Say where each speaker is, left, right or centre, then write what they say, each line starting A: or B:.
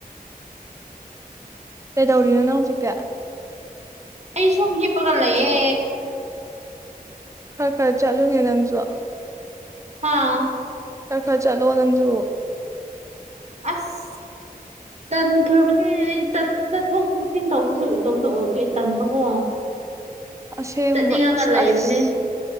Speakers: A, on the right; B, on the right.
A: ꯀꯩꯗꯧꯔꯤꯅꯣ ꯅꯪ ꯍꯧꯖꯤꯛꯇꯤ
B: ꯑꯩ ꯁꯨꯝ ꯍꯤꯞꯄꯒ ꯂꯩꯌꯦ
A: ꯈꯔ ꯈꯔ ꯆꯠꯂꯨꯅꯦ ꯅꯪꯁꯨ
B: ꯍꯥꯥ
A: ꯈꯔ ꯈꯔ ꯆꯠꯂꯣ ꯅꯪꯁꯨ
B: ꯑꯁ ꯇꯥꯪꯈꯔ꯭ꯕꯅꯤ ꯑꯩ ꯆꯠ ꯆꯠꯊꯣꯛ ꯆꯠꯁꯤꯟ ꯇꯧꯕꯁꯨ ꯏꯇꯣꯝꯗ ꯑꯣꯏꯔꯦ ꯇꯟꯕꯀꯣ
A: ꯑꯁꯦꯡꯕ
B: ꯆꯠꯅꯤꯡꯉꯒ
A: ꯑ
B: ꯂꯩꯕꯅꯦ
A: ꯑꯁ